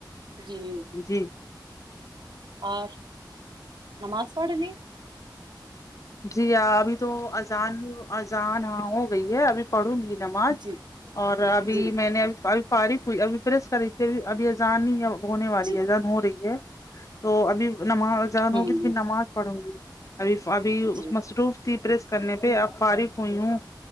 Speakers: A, on the right (about 70°); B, on the left (about 45°).
A: جی
B: جی
A: اور نماز پڑھلی
B: جی ہاں ابھی تو اذان اذان ہو گئی ہے ابھی پڑھوں گی نماز
A: جی
B: اور ابھی
A: جی
B: میں نے الف فارغ ہوئی اب پریس کری تھی ابھی اذان ہی ہونے والی
A: جی
B: ہے اذان ہو رہی ہے تو ابھی نماز اذان
A: ہوں
B: ہوگی تو پھر نماز پڑھوں گی ابھی مصروف
A: جی
B: تھی پریس کرنے پے اب فارغ ہوئی ہوں